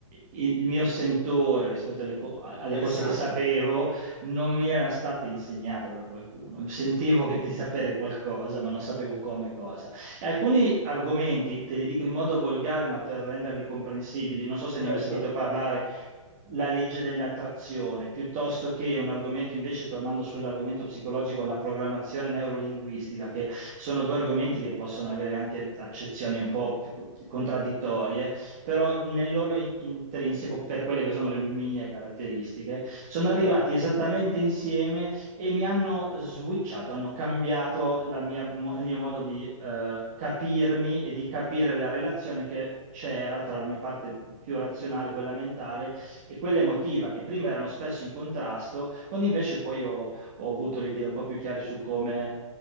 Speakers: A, on the right; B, in the centre.
A: il, il mio sentore rispetto alle, co- alle
B: interessante.
A: cose che sapevo non mi era stata insegnata da qualcuno. Sentivo <laughs> che- di sapere qualcosa, ma non sapevo come e cosa. E alcuni argomenti, te li dico in modo volgare, ma per renderli comprensibili, non so se ne hai
B: Certo,
A: mai sentito parlare, la legge dell'attrazione, piuttosto che un argomento invece, tornando sull'argomento psicologico, la programmazione neurolinguistica, che sono due argomenti che possono avere anche accezioni un po' più contraddittorie, però nel loro in- intrinseco, per quelle che sono le mie caratteristiche, sono arrivati
B: certo,
A: esattamente insieme e mi hanno switchato, hanno cambiato la mia mo- il mio modo di eh, capirmi e di capire la relazione che c'era tra la mia parte più razionale, quella mentale, e quella emotiva che prima erano spesso in contrasto, quando invece poi ho, ho avuto le idee un po' più chiare su come